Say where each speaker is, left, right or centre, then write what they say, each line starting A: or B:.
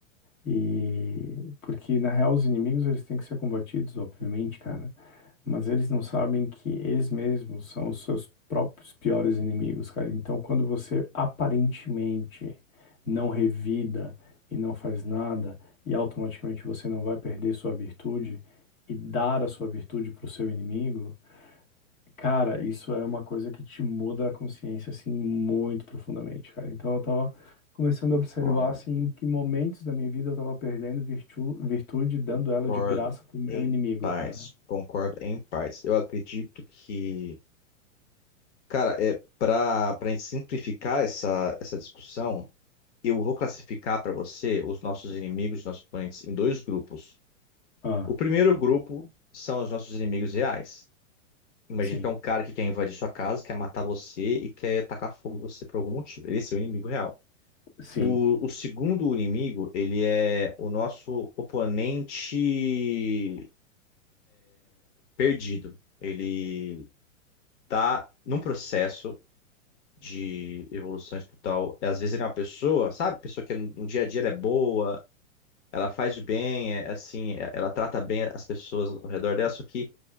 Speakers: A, on the left; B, on the left.
A: E porque, na real, os inimigos, eles têm que ser combatidos, obviamente, cara. Mas eles não sabem que eles mesmos são os seus próprios piores inimigos, cara. Então, quando você aparentemente não revida e não faz nada, e automaticamente você não vai perder sua virtude e dar a sua virtude para o seu inimigo, cara, isso é uma coisa que te muda a consciência assim muito profundamente, cara. Então, eu tava começando a
B: Concordo,
A: observar assim em que momentos da minha vida eu tava perdendo virtu- virtude, dando
B: concordo
A: ela de graça pro meu
B: em
A: inimigo,
B: paz,
A: cara.
B: concordo em paz. Eu acredito que, cara, é para para simplificar essa, essa discussão, eu vou classificar para você os nossos inimigos, nossos oponentes em dois grupos.
A: Ah,
B: O primeiro grupo são os nossos inimigos reais. Imagina
A: sim.
B: que é um cara que quer invadir sua casa, quer matar você e quer tacar fogo em você por algum motivo. Esse é o inimigo real.
A: Sim.
B: O, o segundo inimigo, ele é o nosso oponente perdido. Ele tá num processo de evolução espiritual. Às vezes ele é uma pessoa, sabe? Pessoa que no no dia a dia ela é boa, ela faz o bem, é, assim, é- ela trata bem as pessoas ao redor dela, só que